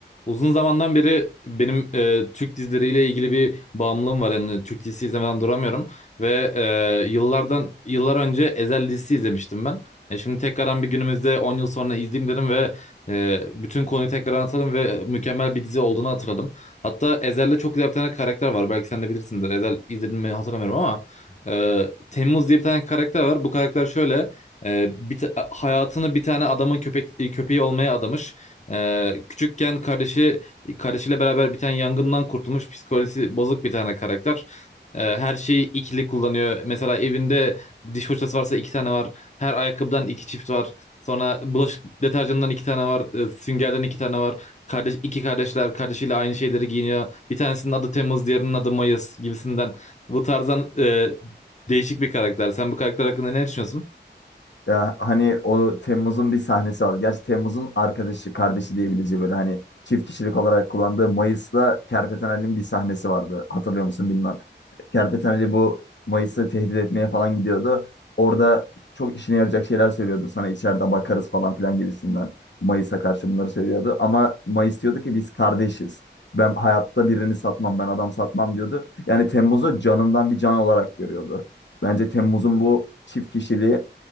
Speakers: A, on the left; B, on the left.
A: Uzun zamandan beri benim e, Türk dizileriyle ilgili bir bağımlılığım var. Yani Türk dizisi izlemeden duramıyorum ve e, yıllardan yıllar önce Ezel dizisi izlemiştim ben. E, şimdi tekrardan bir günümüzde 10 yıl sonra izleyeyim dedim ve e, bütün konuyu tekrar anlatalım ve mükemmel bir dizi olduğunu hatırladım. Hatta Ezel'de çok güzel bir tane karakter var. Belki sen de bilirsindir. Ezel izledin mi hatırlamıyorum ama e, Temmuz diye bir tane karakter var. Bu karakter şöyle e, bir ta- hayatını bir tane adamın köpek köpeği olmaya adamış. Ee, küçükken kardeşi kardeşiyle beraber bir tane yangından kurtulmuş psikolojisi bozuk bir tane karakter. Ee, her şeyi ikili kullanıyor. Mesela evinde diş fırçası varsa iki tane var. Her ayakkabıdan iki çift var. Sonra bulaşık deterjanından iki tane var. Ee, süngerden iki tane var. Kardeş, iki kardeşler kardeşiyle aynı şeyleri giyiniyor. Bir tanesinin adı Temmuz, diğerinin adı Mayıs gibisinden. Bu tarzdan e, değişik bir karakter. Sen bu karakter hakkında ne düşünüyorsun?
B: Ya hani o Temmuz'un bir sahnesi vardı. Gerçi Temmuz'un arkadaşı, kardeşi diyebileceği böyle hani çift kişilik olarak kullandığı Mayıs'ta Kerpeten Ali'nin bir sahnesi vardı. Hatırlıyor musun bilmem. Kerpeten Ali bu Mayıs'ı tehdit etmeye falan gidiyordu. Orada çok işine yarayacak şeyler söylüyordu. Sana içeride bakarız falan filan gibisinden. Mayıs'a karşı bunları söylüyordu. Ama Mayıs diyordu ki biz kardeşiz. Ben hayatta birini satmam, ben adam satmam diyordu. Yani Temmuz'u canından bir can olarak görüyordu. Bence Temmuz'un bu çift kişiliği